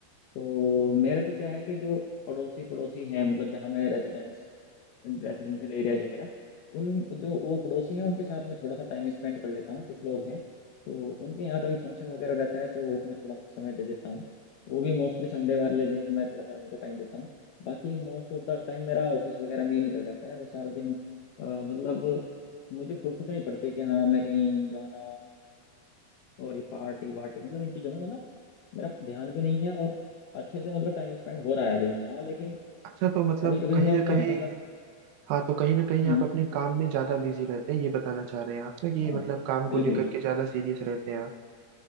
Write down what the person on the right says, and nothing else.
अच्छा तो मतलब
कहीं
ना कहीं
हाँ तो कहीं ना कहीं
आप अपने काम में ज्यादा बिजी रहते हैं ये बताना चाह रहे हैं आप ना कि
मतलब काम
को लेकर के ज्यादा सीरियस रहते हैं आप